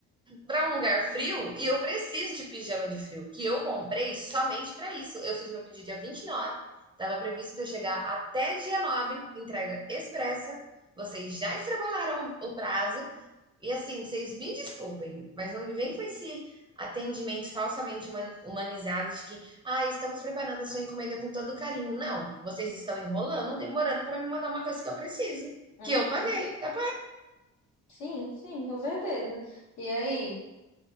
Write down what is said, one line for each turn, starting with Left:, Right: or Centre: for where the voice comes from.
Right: para um lugar frio e eu preciso de pijama de frio, que eu comprei somente para isso. Eu fiz meu pedido dia vinte e nove estava previsto para chegar até dia nove entrega expressa. Vocês já extrapolaram o prazo. E assim, vocês me desculpem, mas não me vem com esse atendimento falsamente humanizado de que, ah, estamos preparando a sua encomenda com todo carinho. Não, vocês estão enrolando, demorando para me mandar uma coisa que eu preciso,
Left: Uhum.
Right: que eu paguei, tá
Left: Sim, sim, com certeza. E aí?